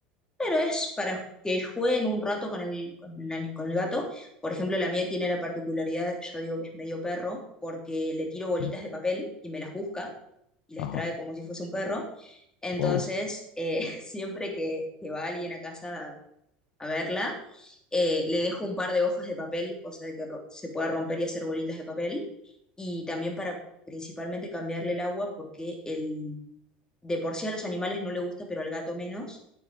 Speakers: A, on the left; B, on the left.
A: Pero es para que jueguen un rato con el, con el ani- con el gato. Por ejemplo, la mía tiene la particularidad, yo digo que es medio perro, porque le tiro bolitas
B: Mm.
A: de papel y me las busca y las
B: Ajá,
A: trae como si fuese un perro. Entonces,
B: wow,
A: eh, <laughs> siempre que, que va alguien a casa a, a verla, eh, le dejo un par de hojas de papel, cosa de que ro- se pueda romper y hacer bolitas de papel. Y también para principalmente cambiarle el agua, porque el, de por sí a los animales no le gusta, pero al gato menos